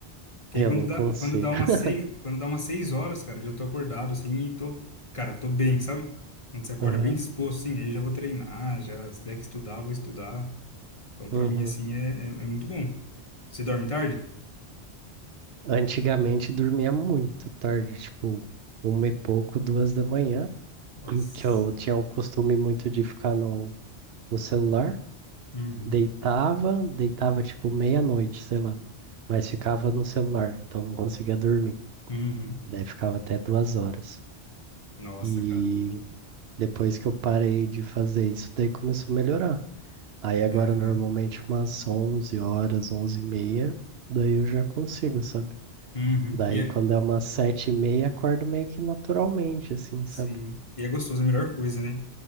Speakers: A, on the left (about 30°); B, on the right (about 65°).
A: Porque
B: Eu
A: aí quando
B: não
A: dá,
B: consigo.
A: quando dá umas
B: <laughs>
A: seis, quando dá umas seis horas, cara, eu já tô acordado assim e tô, cara, tô bem, sabe? Quando você acorda
B: Aham,
A: bem disposto, assim, aí eu já vou treinar, já se tiver que estudar, vou estudar. Então, pra
B: uhum.
A: mim, assim, é, é, é muito bom. Você dorme tarde?
B: Antigamente dormia muito tarde, tipo, uma e pouco, duas da manhã,
A: Nossa.
B: que eu tinha o costume muito de ficar no, no celular.
A: Uhum.
B: Deitava, deitava tipo meia-noite, sei lá. mas ficava no celular, então não conseguia dormir.
A: Uhum.
B: Daí ficava até duas horas.
A: Nossa,
B: E
A: cara.
B: depois que eu parei de fazer isso, daí começou a melhorar. Aí agora
A: Aham.
B: normalmente umas 11 horas, 11 e meia, daí eu já consigo, sabe?
A: Uhum.
B: Daí
A: E é,
B: quando é umas 7 e meia, acordo meio que naturalmente, assim, sabe?
A: sim. E é gostoso, é a melhor coisa, né?